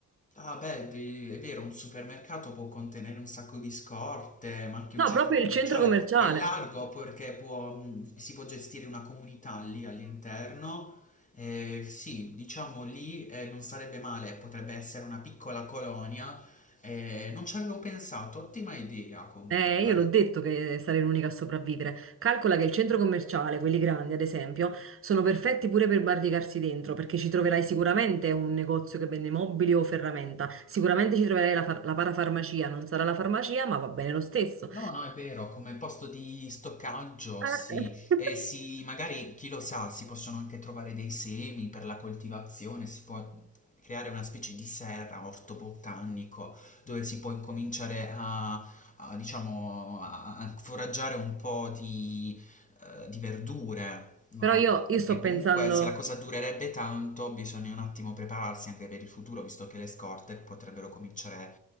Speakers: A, on the left; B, on the right.
A: Ah beh, di- è vero, un supermercato può contenere un sacco di scorte, ma anche
B: No,
A: un centro
B: proprio
A: commerciale.
B: il centro commerciale.
A: È largo perché può, mh, si può gestire una comunità lì all'interno. Eh, sì, diciamo lì eh, non sarebbe male, potrebbe essere una piccola colonia. Eh, non ci avevo pensato, ottima idea comunque.
B: Eh, io l'ho detto che sarei l'unica a sopravvivere. Calcola che il centro commerciale, quelli grandi ad esempio, sono perfetti pure per barricarsi dentro, perché ci troverai sicuramente un negozio che vende mobili o ferramenta. Sicuramente ci troverai la, far- la parafarmacia, non sarà la farmacia, ma va bene lo stesso.
A: No, no, è vero, come posto di stoccaggio,
B: Eh.
A: sì.
B: <laughs>
A: E sì, magari, chi lo sa, si possono anche trovare dei semi per la coltivazione, si può creare una specie di serra, orto botanico, dove si può incominciare a, a, diciamo, a a foraggiare un po' di, eh, di verdure, no?
B: Però io, io
A: Perché
B: sto pensando.
A: comunque se la cosa durerebbe tanto, bisogna un attimo prepararsi anche per il futuro, visto che le scorte potrebbero cominciare